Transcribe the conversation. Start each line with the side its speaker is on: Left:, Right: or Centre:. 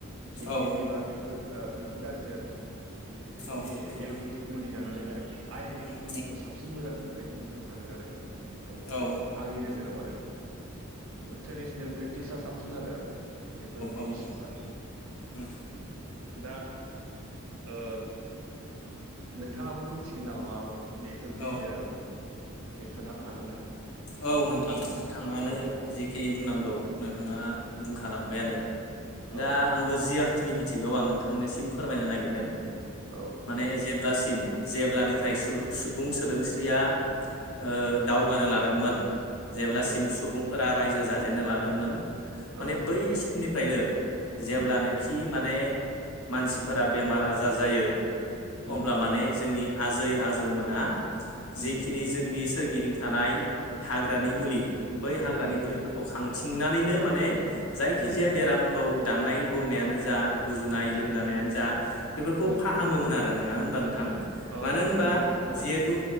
Right: किडनि
Left: औ
Right: लिभार बेफोरो ओ बेफोर गाज्रि जादों बेफोरनि
Left: औ थारै
Right: एल'केटिक
Left: उम
Right: मुलि जानानै आरो आयुरवेदिक
Left: उम
Right: मुलिखौ साबसिन मोजां मोननायखौ नुनो थांदों आरो आंनि
Left: औ
Right: आंनि नोजोराव आरो बेबो ट्रेडिसन रियेल प्रेकटिसा साबसिन आरो बेफोर मेडिसिनफ्रा
Left: उम औ
Right: दा ओ नोंथाङाबो मिथिगोन नामा माबाफोर बे सोरनिबियो
Left: औ
Right: खोन्थानो हागोन ना
Left: औ
Right: औ।
Left: नोंथां नोंथाङानो जिखिनि बुंनांगौ नोंथाङा बुंखालांबायानो
Right: औ
Left: दा आंबो जियाखिनि मिथिगौ आं नोंथांनिसिम फोरमायनो नागिरदों।
Right: औ
Left: माने जेब्लासिम जेब्लानिफ्राय
Right: औ
Left: सुबुं सोदोमस्रिया ओ दावगानो लादोंमोन जेब्लासिम
Right: उम
Left: सुबुंफोरा रायजो जाजेननो लादोंमोन माने
Right: औ
Left: बै समनिफ्रायनो जेब्लानाखि
Right: उम
Left: माने मानसिफोरा
Right: उम
Left: बेमार आजार जायो
Right: उम
Left: अब्ला माने जोंनि आजै आजौमोना
Right: उम
Left: जिखिनि जोंनि सोरगिदिं थानाय हाग्रानि
Right: उम
Left: मुलि बै हाग्रानि
Right: उम
Left: मुलिफोरखौ खौ खांथिंनानैनो माने जायखिजाया
Right: उम
Left: बेरामखौ दाननाय बौनायानो जा गुजुनाय
Right: उम
Left: लोमजानायानो जा बेफोरखौ
Right: उम
Left: फाहामोमोन आरो नङा होनबा नोंथां
Right: औ
Left: मानो
Right: नोंथां
Left: होनबा
Right: बहुद मोजां
Left: जिहेतु